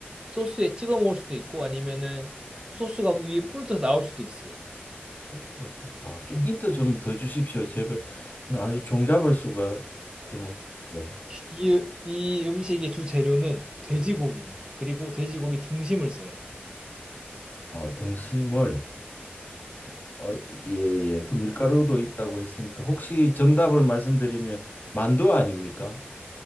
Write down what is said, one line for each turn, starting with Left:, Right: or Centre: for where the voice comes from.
Right: 소스에 찍어 먹을 수도 있고 아니면은 소스가 위에 뿌려져서 나올 수도 있어요.
Left: 소스가 불- 아, 좀 힌트 좀 더 주십시오. 제발. 아주 종잡을 수가 좀 없어요.
Right: 이, 이 음식의 주 재료는 돼지고기입니다.
Left: 네.
Right: 그리고 돼지고기 등심을 써요.
Left: 어, 등심을
Right: 네.
Left: 어, 예, 예. 그 밀가루도 있다고 했으니까 혹시 정답을 말씀드리면 만두 아닙니까?